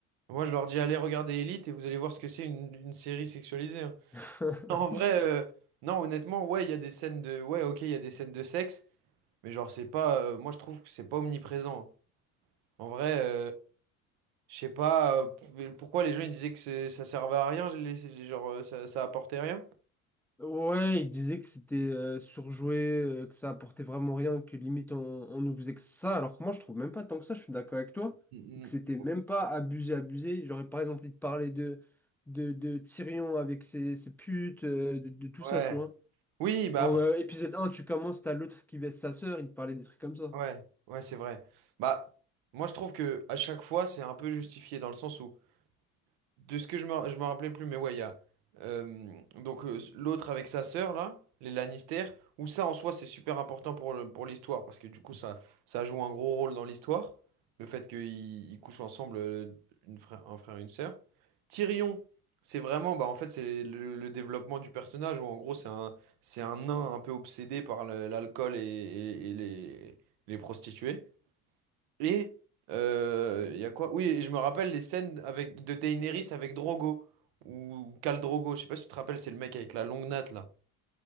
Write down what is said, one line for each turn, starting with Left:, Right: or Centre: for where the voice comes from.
Right: Moi, je leur dis, allez regarder Elite et vous allez voir ce que c'est une, une série sexualisée. hein.
Centre: <laughs>
Right: <laughs> Non, En vrai, euh, non, honnêtement, ouais, il y a des scènes de, ouais, ok, il y a des scènes de sexe, mais genre, c'est pas, euh, moi je trouve que c'est pas omniprésent. hein. En vrai, euh, je sais pas euh, p- pourquoi les gens ils disaient que c'est- ça servait à rien, les- les- genre euh, ça, ça apportait rien.
Centre: Ouais, il disait que c'était euh, surjoué, euh, que ça apportait vraiment rien, que limite on, on nous faisait que ça, alors que moi je trouve même pas tant que ça, je suis d'accord avec toi,
Right: Mm,
Centre: que
Right: mm.
Centre: c'était même pas abusé, abusé. J'aurais par exemple envie de parler de, de, de Tyrion avec ses, ses putes, euh, de, de tout
Right: Ouais.
Centre: ça, tu vois.
Right: Oui, bah
Centre: En
Right: après,
Centre: euh, épisode un, tu commences, t'as l'autre qui baisse sa sœur, il te parlait des trucs comme ça.
Right: ouais, ouais, c'est vrai. Bah, moi je trouve que à chaque fois c'est un peu justifié dans le sens où De ce que je me, je me rappelais plus, mais ouais, il y a euh, donc euh, l'autre avec sa sœur là, les Lannister, où ça en soi c'est super important pour le, pour l'histoire parce que du coup ça ça joue un gros rôle dans l'histoire, le fait qu'ils ils couchent ensemble euh, une frère, un frère et une sœur. Tyrion, c'est vraiment bah en fait c'est le, le développement du personnage où en gros c'est un c'est un nain un peu obsédé par le- l'alcool et, et- et les les prostituées. Et euh, il y a quoi? Oui, et je me rappelle les scènes avec de Daenerys avec Drogo ou Khal Drogo, je sais pas si tu te rappelles, c'est le mec avec la longue natte là.